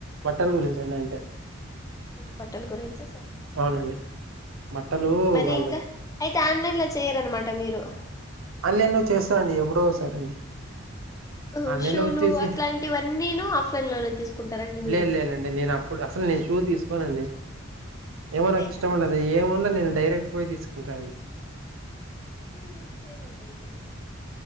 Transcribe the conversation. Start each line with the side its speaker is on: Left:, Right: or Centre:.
Right: బట్టలు గురించండి అంతే
Left: బట్టల గురించ సరే
Right: అవునండి బట్టలు
Left: మరి
Right: వాళ్ళు
Left: ఇంక అయితే ఆన్లైన్ లో చేయరనమాట మీరు
Right: ఆన్ లైన్లో చేస్తా అండి ఎప్పుడో ఒక సారండి
Left: ఆహా,
Right: ఆన్లైన్
Left: షూలు
Right: లో వచ్చేసి
Left: అట్లాంటివన్నీను ఆఫ్లైన్ లోనే తీసుకుంటారండి మీరు
Right: లేదు లేనండి నేను అప్పుడు అసలు నేను షూ తీసుకు కోనండి
Left: షూ
Right: ఏమో నాకు
Left: ఎందుకండి
Right: ఇష్టం ఉండదు
Left: మీరు
Right: ఏమన్న
Left: షూ యూ
Right: నేను డైరెక్ట్ పోయి తీసుకుంటానండి
Left: షూ యూజ్ చేయరండి ఐతే మీేరు